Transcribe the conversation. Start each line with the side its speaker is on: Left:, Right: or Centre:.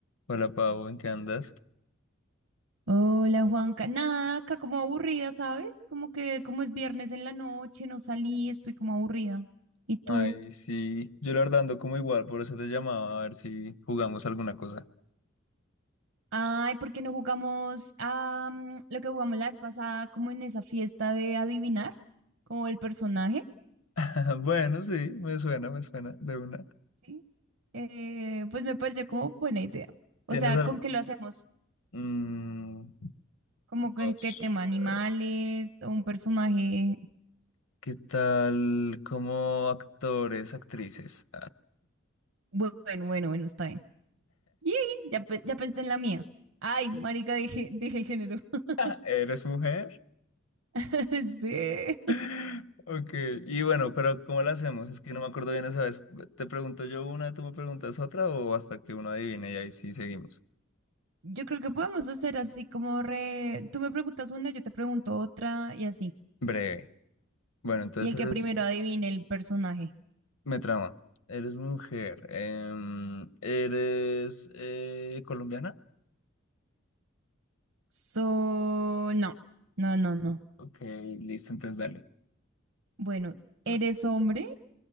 Left: Hola Pau, ¿en qué andas?
Right: Hola Juanca, nada, acá como aburrida, ¿sabes? Como que como es viernes en la noche, no salí, estoy como aburrida. ¿Y tú?
Left: Ay, sí, yo la verdad ando como igual, por eso te llamaba a ver si jugamos alguna cosa.
Right: Ay, ¿por qué no jugamos a mm, lo que jugamos la vez pasada, como en esa fiesta de adivinar, como el personaje?
Left: <laughs> Bueno, sí, me suena, me suena, de una.
Right: ¿sí? Eh, pues me pareció como buena idea. O
Left: ¿Tienes
Right: sea,
Left: al...
Right: ¿con qué lo hacemos?
Left: mm,
Right: ¿Como con
Left: no
Right: qué
Left: sé.
Right: tema? ¿Animales o un personaje?
Left: ¿Qué tal como actores, actrices?
Right: Bu- Bueno, bueno, bueno, está bien. Yee, Ya, pe- ya pensé en la mía. Ay, marica, dije, dije el género. <laughs>
Left: <laughs> ¿Eres mujer?
Right: <laughs> Sí.
Left: <laughs> Ok, y bueno, pero ¿cómo la hacemos? Es que no me acuerdo bien esa vez. ¿Te pregunto yo una, tú me preguntas otra o hasta que uno adivine y ahí sí seguimos?
Right: Yo creo que podemos hacer así como re... Tú me preguntas una, yo te pregunto otra y así.
Left: Breve. Bueno, entonces
Right: Y el que
Left: eres...
Right: primero adivine el personaje.
Left: Me trama. Eres mujer. em, eres eh, colombiana.
Right: So, no, no, no, no.
Left: Ok, listo, entonces dale.
Right: Bueno, ¿eres
Left: Mm.
Right: hombre?